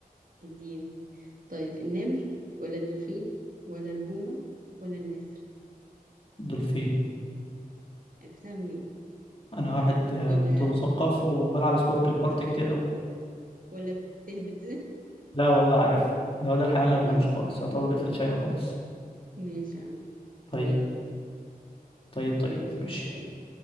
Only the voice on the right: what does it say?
اديني طيب النمر ولا الدولفين ولا البومة ولا النسر
عرفتها منين
ولا
ولا بتهبط
<laughs>
ماشي
ماشي يا عم
طيب
اديني
سؤال